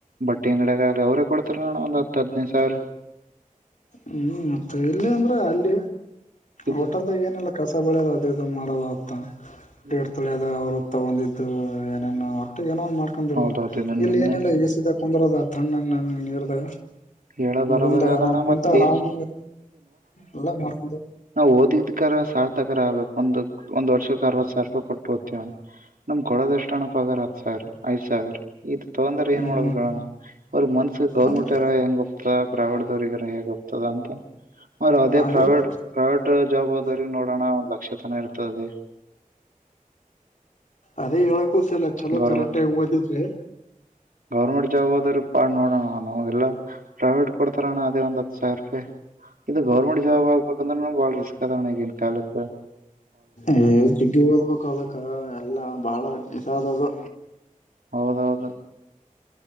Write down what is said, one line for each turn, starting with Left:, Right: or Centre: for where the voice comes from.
Right: ಬಟ್ಟಿ ಅಂಗಡ ಅವರೇ ಕೊಡ್ತಾರ ಅಣ್ಣ ಒಂದ್ ಹತ್ತು ಹದಿನೈದು ಸಾವಿರ
Left: ಹ್ಮ್ ಮತ್ತೆ ಇಲ್ಲಿ ಅಂದ್ರೆ ಅಲ್ಲಿ
Right: ಇದು
Left: ಹೋಟೆಲ್ದಾಗ ಏನಲ್ಲ ಕಸ ಬೆಳದ ಅದು ಇದು ಮಾಡೋದ ಆತ
Right: ಹ್ಮ್ಮ
Left: ತಳಿಯದ ಅವ್ರು ತಗೊಂಡಿದ್ದು ಏನೇನುೋ ಅಷ್ಟ ಏನೋ್ ಮಾಡ್ಕೊಂಡಿರರು
Right: ಹೌದೌದು ಇದನ್
Left: ಇಲ್ಲಿ
Right: ನಿಮ್ದನ್
Left: ಏನಲ್ಲ ಎಸಿದಾಗ ಕುಂದರೋದ ತಣ್ಣ ನೀರ್ದಾಗ
Right: ಹೇಳ ಬರೋಬರಿ
Left: ಅೂಮದಾಗ
Right: ಆದಣ್ಣ
Left: ಆರಾಮ್ ಕುಂತ
Right: ಮತ್ತೆ
Left: ಆರಾಮ್ ಎಲ್ಲ ಮಾಡ್ಕೊಂಡ
Right: ನಾವವು ಓದಿದಕರ ಸಾರ್ ತಕ ಆಗ್ಬೇಕು ಒಂದ ಒ್ ವರ್ಷಕ್ಕೆ ಅರವತ್ ಸಾವಿರ ರೂಪಾಯಿ ಕೊಟ್ಟು ನಮ್ ಕೊಡೋದ ಎಷ್ಟು ಅಣಪಗಾರ ಹತ್ ಸಾವಿರ ಐದ್ ಸಾವಿರ ಇದು ತಗಂದ್ರ
Left: ಹ್ಮ್
Right: ಏನ್ ಮಾಡ್ಬೇಕೋಣ್ಣ
Left: ಹ್ಮ್
Right: ಅವ್ರ ಮನ್ಸ ಗೌರ್ಮೆಂಟ್ರ
Left: ಅದಕ್ಕೆ
Right: ಹೆಂಗ ಹತ ಪ್ರಾವಡ್ದವ್ರಗಾರ ಹೇಗ್ ಹೋಗ್ತದ ಅಂತ ಅವ್ರ ಅದೇ
Left: ಅದ
Right: ಪ್ರೈವೇಟ್ ಪ್ರೈವೇಟ್ ಜಾಬ್ ಆದ್ರ ನೋಡೋಣ ಒಂದ್ ಲಕ್ಷ ತನ ಇರ್ತದೆ
Left: ಅದೇ ಹೇಳಕೂತ್ಲ್ಲ ಚಲೋ
Right: ಗೌರ್ಮೆಂಟ್
Left: ಕರೆಕ್ಟ್ಾಗಿ ಓದಿದ್ರೆ
Right: ಗೌರ್ಮೆಂಟ್ ಜಾಬ್ ಆದದ್ರ ಪಾ ನೋಡೋಣ ನಮಗೆಲ್ಲಾ ಪ್ರಾವಟ್ ಕೊಡ್ತಾರ ಅಣ್ಣ ಅದೆ ಒಂದ್ ಹತ್ತು ಸಾವಿರ ರೂಪಾಯಿ ಇದು ಗೌರ್ಮೆಂಟ್ ಜಾಬ್ ಆಗ್ಬೇಕಂದ್ರೆ ಬಾಳ ರಿಸ್ಕ್ ಅದಣ ಈಗನ್ ಕಾಲದ
Left: ಏಗ ಸಿಟಿ ಒಳ್ಗ್ ಹೋಗಬೇಕದಕ್ಕ ಎಲ್ಲ ಬಹಳ ನಿಸಾದದು
Right: ಹೌದೌದು